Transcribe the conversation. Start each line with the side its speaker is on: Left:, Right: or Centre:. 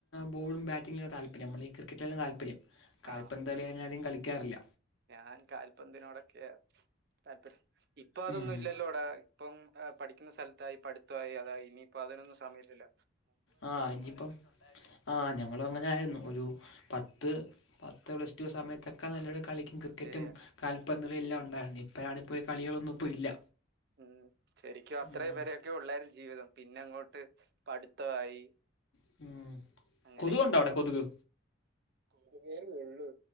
Left: ബോളും ബാറ്റിങ്ങുംക്കെ താല്പര്യം നമ്മൾ ഈ ക്രിക്കറ്റിലാം താല്പര്യം കാൽപ്പന്തളി
Right: ആ
Left: അങ്ങനെ ആധികം കളിക്കാറില്ല
Right: ഞാൻ കാൽപന്തിനതിനോടൊക്കെ താല്പര്യം ഇപ്പൊ അതൊന്നും
Left: ഉം
Right: ഇല്ലല്ലോ അടാ ഇപ്പം പഠിക്കുന്ന സ്ഥലത്തായി പഠിത്തമായി അത ഇനിയിപ്പോ അതിനൊന്നും സമയല്ലില്ല
Left: ആഹ ഇനിയിപ്പം ആ് ഞങ്ങള അങ്ങനെ ആരുന്നു ഒരു പത്ത് പത്ത് പ്ലസ് ടു സമയത്തൊക്കെ ഒക്കെ നല്ലൊരു കളിക്കും ക്രിക്കറ്റും
Right: ശരിയാ
Left: കാൽപന്തളും എല്ലാം ഉണ്ടായിരുന്നു ഇപ്പോഴാണ് പോയി കളികളൊന്നും പോയി ഇല്ല
Right: ഉം. ശരിക്കും അത്രയും
Left: ഉം
Right: പേരൊക്കെ ഉള്ളേരും ജീവിതം പിന്നെ അങ്ങോട്ട് പഠിത്തമായി
Left: ഉം <unintelligible>
Right: അങ്ങനെയൊക്കെയ
Left: കൊതുകുണ്ടോ അവിടെ കൊതുക്
Right: ഒരു പേ ഉള്ളു